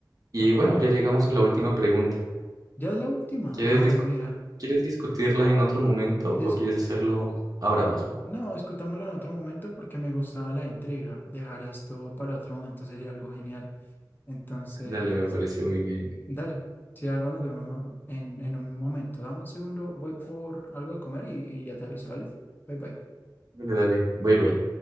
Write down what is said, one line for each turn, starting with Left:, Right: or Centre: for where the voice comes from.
Right: Y
Left: Ok.
Right: bueno, ya llegamos a la última pregunta.
Left: ¿Ya es la última?
Right: ¿Quieres
Left: Ay,
Right: discu-
Left: mira.
Right: ¿quieres discutirla en otro momento
Left: dis-
Right: o quieres hacerlo ahora mismo?
Left: no, discutámoslo en otro momento porque me gustaba la intriga. Dejar esto para otro momento sería algo genial. Entonces,
Right: Dale, me pareció muy bien.
Left: dale. Si algo nos vemos ma- en, en un momento. Dame un segundo, voy por algo de comer y, y ya te aviso, ¿vale? Bye bye.
Right: Dale, dale. Bye, bye.